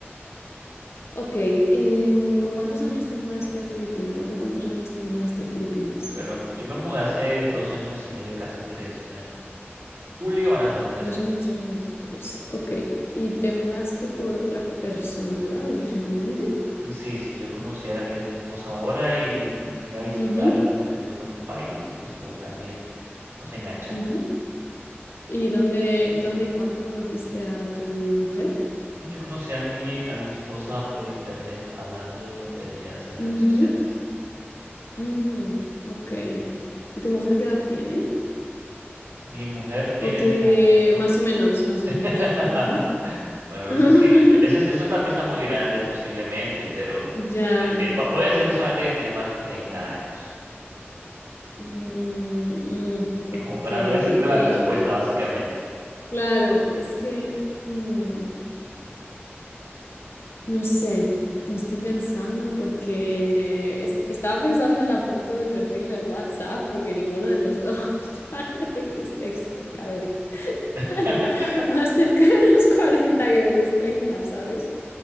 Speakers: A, on the left (about 65°); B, on the right (about 70°).
A: ok, em, ¿con cuántos años te mudaste a Filipinas? ¿O hace cuántos años te mudaste a Filipinas?
B: Bueno, yo me mudé hace dos años y medio, casi tres, o sea, en julio van a ser tres
A: Dos
B: años.
A: años y medio, tres. Ok, y te mudaste por otra persona, ¿verdad? Originalmente.
B: Sí, sí, yo conocí a la que es mi esposa ahora y me vine a visitar
A: Ujú,
B: y pues me quedó gustando el país y pues igual también nos enganchamos.
A: ujú. ¿Y dónde, dónde y cuándo conociste a tu mujer?
B: No, yo conocí a mi, a mi esposa por internet hablando tonterías en redes
A: Ujú,
B: sociales.
A: ujú, Ok. ¿Y tu mujer qué edad tiene?
B: Mi mujer tiene
A: Ok,
B: en este momento,
A: más o menos, más o
B: <laughs>
A: menos. Ujú.
B: bueno,
A: <laughs>
B: no sé si, esa es, esa es una pista muy grande posiblemente, pero,
A: Ya.
B: pero tie- va- voy a decirte solamente que tiene más de 30 años,
A: Mm, mm, ok,
B: como para
A: y
B: no decirte la respuesta básicamente.
A: claro, es que mm, no sé, estoy pensando porque est- estaba pensando en la foto de perfil de WhatsApp porque ninguno de los dos <laughs> parece que estéis cerca de,
B: <laughs>
A: <laughs> más cerca de los 40 que de los treinta ¿sabes?